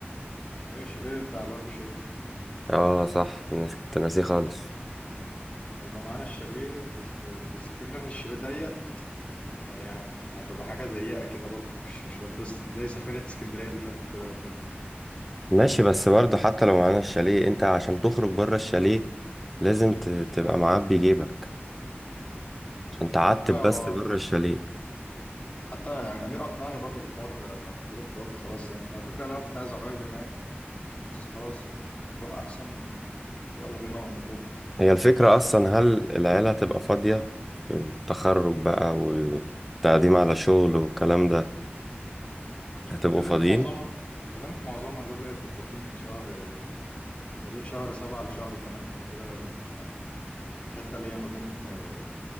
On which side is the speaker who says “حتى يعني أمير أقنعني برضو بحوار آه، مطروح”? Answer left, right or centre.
Left